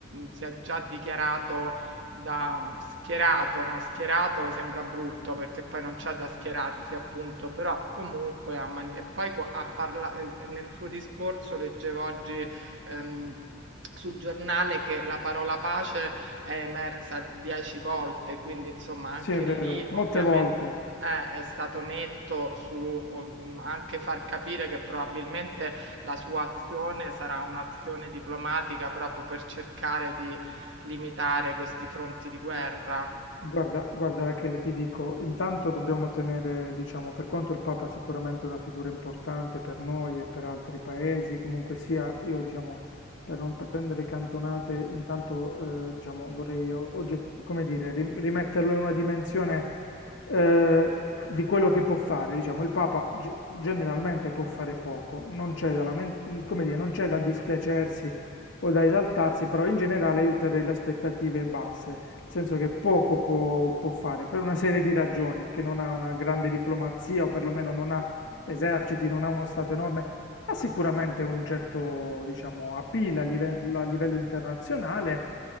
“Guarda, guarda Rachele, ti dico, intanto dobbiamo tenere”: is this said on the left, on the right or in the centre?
Left